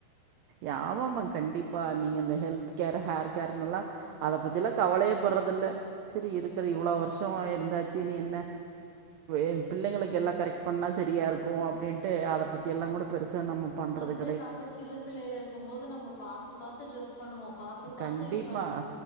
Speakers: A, on the right (about 80°); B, on the left (about 70°).
A: யாவமா கண்டிப்பா நீங்க இந்த ஹெல்த் கேர் ஹேர் கேர்னல்லான அத பத்திலா கவலையே படுறது இல்ல சரி இருக்குற இவ்வளவு வருஷோ இருந்தாச்சு நீ என்ன என் பிள்ளைங்களுக்கு எல்லா கரெக்ட் பண்ணா சரியாக இருக்கு அப்டின்ட்டு அதை பத்தியெல்லா கூட பெருசா நம்ம பண்றதுக்
B: இது நம்ம சில்ல பிள்ளைள இருக்குபோது நம்ம பாார்த்து பார்த்து ட்ரெஸ் பண்ணுவோ பாரத்து பார்த்து
A: கண்டிப்பா
B: இது பண்ணுவோ